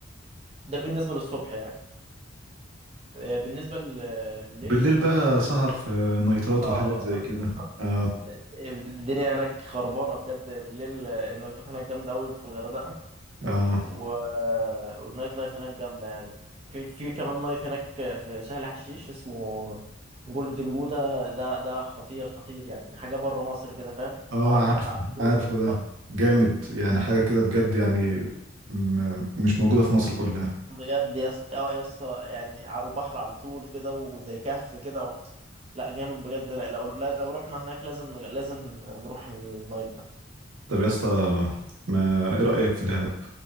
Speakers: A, on the right; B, on the right.
A: ده بالنسبة للصبح يعني آه، بالنسبة ل- بالليل
B: بالليل بقى سهر في نايتات
A: اه
B: وحاجات زي
A: <laughs>
B: كده اه
A: الدنيا هناك خربانة بجد بالليل آه، النايتات هناك جامدة أوي في الغردقة
B: اه
A: و... والنايت لايف هناك جامدة يعني في في كمان نايت هناك في سهل حشيش اسمه جولدن بودا ده ده خطير خطير يعني حاجة بره مصر كده فاهم
B: اه
A: على البحر
B: عارفه
A: على طول
B: عارفه ده
A: <laughs>
B: جامد يعني حاجة كده بجد يعني م- مش موجودة في مصر كلها
A: بجد يا اسطى اه يا اسطى يعني على البحر على طول كده وزي كهف كده و... لا جامد بجد لا لو لو رحنا هناك لازم لازم نروح النايت ده
B: طب يا اسطى ما ايه رأيك في دهب